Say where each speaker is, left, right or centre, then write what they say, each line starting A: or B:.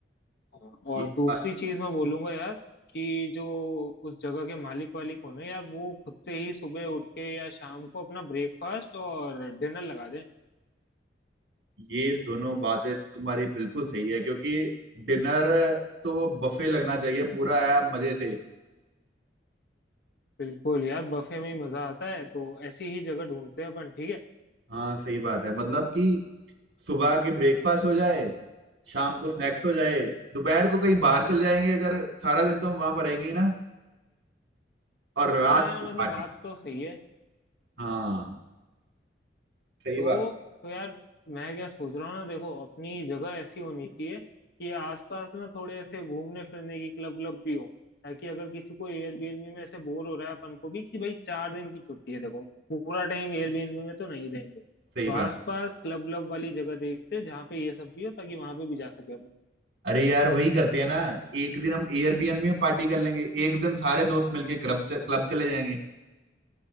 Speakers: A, on the left (about 60°); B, on the right (about 80°).
A: हाँ, और
B: ये
A: दूसरी
B: बात-
A: चीज मैं बोलूंगा यार कि जो उस जगह के मालिक वालिक हो ना यार वो खुद से ही सुबह उठ के या शाम को अपना ब्रेकफास्ट और डिनर लगा दें
B: ये दोनों बातें तो तुम्हारी बिल्कुल सही है क्योंकि डिनर तो बफे लगना चाहिए पूरा है मजे से
A: बिल्कुल यार बफे में ही मजा आता है तो ऐसी ही जगह ढूंढते हैं अपन ठीक है
B: हाँ सही बात है मतलब कि सुबह के ब्रेकफास्ट हो जाए शाम को स्नैक्स हो जाए दोपहर को कहीं बाहर चल जाएंगे अगर सारा दिन तो हम वहां पर रहेंगे ही ना और रात
A: हाँ यार
B: की
A: मतलब
B: पार्टी
A: बात तो सही है
B: हाँ सही
A: तो
B: बात
A: तो यार मैं क्या सोच रहा हूँ ना देखो अपनी जगह ऐसी होनी चाहिए कि आसपास ना थोड़े ऐसे घूमने फिरने की क्लब व्लब भी हो ताकि अगर किसी को एयरबीएनबी में ऐसे बोर हो रहा है अपन को भी कि भाई चार दिन की छुट्टी है देखो पूरा टाइम एयरबीएनबी में तो नहीं रहेंगे
B: सही
A: तो
B: बात
A: आसपास क्लब व्लब वाली जगह देखते हैं, जहाँ पे ये सब भी हो ताकि वहां पे भी जा सके अपन
B: अरे यार वही करते हैं ना एक दिन हम एयरबीएनबी में पार्टी कर लेंगे एक दिन सारे दोस्त मिलके क्लब क्लब चले जाएंगे